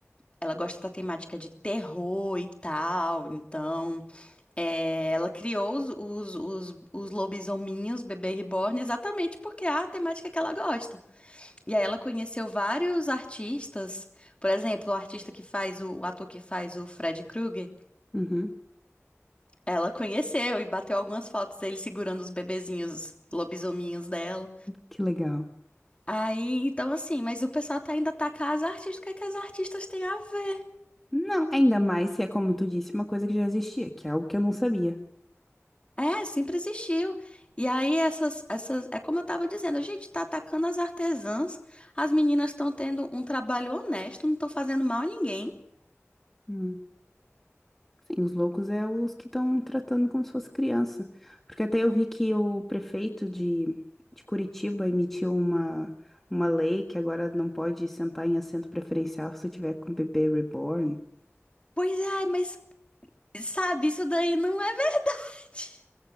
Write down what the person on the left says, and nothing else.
Ela gosta da temática de terror e tal. Então, é, ela criou os, os, os, os lobisominhos, Bebê Reborn, exatamente porque é a temática que ela gosta. E aí ela conheceu vários artistas. Por exemplo, o artista que faz, o, o ator que faz o Fred Krueger.
Ela conheceu e bateu algumas fotos dele segurando os bebezinhos lobisominhos dela.
Aí, então assim, mas o pessoal tá ainda atacar as artistas, o que é que as artistas têm a ver?
É, sempre existiu. E aí essas, essas, é como eu tava dizendo, a gente tá atacando as artesãs, as meninas estão tendo um trabalho honesto, não estão fazendo mal a ninguém.
Pois é, mas sabe, isso daí não é verdade.